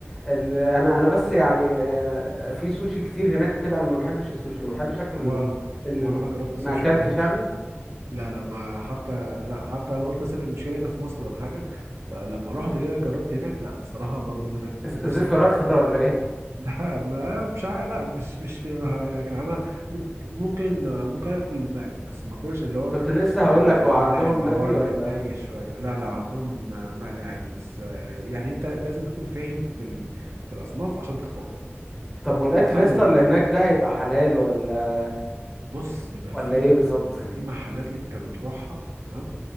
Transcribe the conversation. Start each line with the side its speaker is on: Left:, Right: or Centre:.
Centre: ال... انا انا بس يعني آه، في سوشي كتير هناك وكده انا ما بحبش السوشي ما بحبش اكل
Right: ولا
Centre: ال...
Right: انا ولا
Centre: ال...
Right: انا جربت السوشي
Centre: ما اكلتش
Right: عموما
Centre: يعني
Right: <laughs> لا لا ما حتى لا حتى انا قلت مثلا المشكله هنا في مصر ولا حاجه فلما رحت كده جربت هناك لا الصراحه برضو هناك
Centre: ز-
Right: نفس
Centre: زفر
Right: الكلام
Centre: اكتر ولا ايه
Right: لا ما- مش عارف لا مش مش يعني انا ممكن ممكن ممكن اكل المقلي بس ما اكلش اللي هو
Centre: كنت لسه
Right: ال-
Centre: هقول
Right: ال-
Centre: لك هو عندهم
Right: المقلي اللي
Centre: مقلي
Right: هو الني
Centre: ولا
Right: شويه لا لا عندهم مقلي عادي بس يعني انت لازم تكون فاهم في ال- في الاصناف عشان تختار
Centre: طب والاكل
Right: انما
Centre: يا
Right: ال-
Centre: اسطى اللي هناك ده هيبقى حلال ولا
Right: بص بيبقى
Centre: ولا
Right: في
Centre: ايه بالظبط
Right: في محلات انت بتروحها تمام